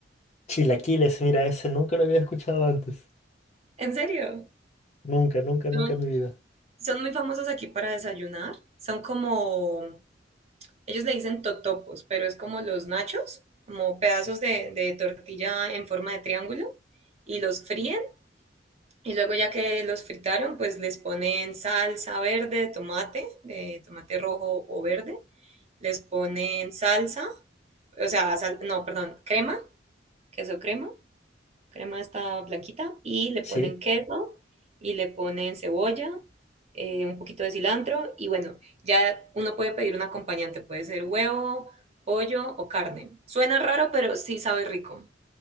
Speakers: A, on the left; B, on the right.
A: Chilaquiles, mira, ese nunca lo había escuchado antes.
B: ¿En serio?
A: Nunca, nunca, nunca
B: Son,
A: en mi vida.
B: son muy famosos aquí para desayunar. Son como, ellos le dicen totopos, pero es como los nachos, como pedazos de, de tortilla en forma de triángulo y los fríen Y luego ya que los fritaron, pues les ponen salsa verde, tomate, de tomate rojo o verde. Les ponen salsa, o sea, sal- no, perdón, crema, queso crema, crema esta blanquita. Y le
A: Sí.
B: ponen queso y le ponen cebolla, eh, un poquito de cilantro. Y bueno, ya uno puede pedir un acompañante, puede ser huevo, pollo o carne. Suena raro, pero sí sabe rico.